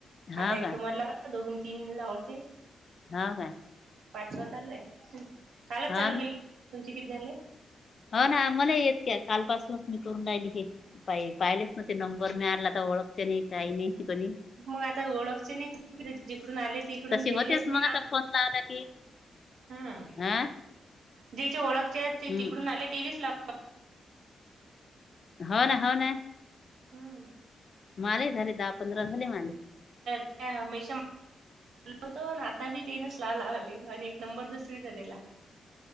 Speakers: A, on the left; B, on the right.
A: हा
B: आता एक
A: का
B: तुम्हाला लावला दोघन तीन लावोलते
A: ह का
B: पाचवा चालू आहे कालच
A: हा
B: चालू
A: ना
B: केेले तुमचे किती झाले
A: हो ना मला येत काय कालपासूनच मी करून राहिली हे पा पाहिलेच ना ते नंबर मिळाला तर ओळखच नाही काही नाही कोणी
B: मग आता ओळखचे नाही जिकडून आले तिकडून
A: तसे
B: तेलेच
A: होतेच
B: मी
A: मग आता फोन लावला की
B: हम्म
A: हा
B: ज्याचे ओळखचे आहेत ते
A: हम्म
B: तिकडून आले तेच लाग
A: हो ना हो ना
B: हम्म
A: माले झाले दहा पंधरा झाले माले
B: ह ह मेशा बतो आता बी तेनच लावला आले आणि एक नंबर दुसरीच दिला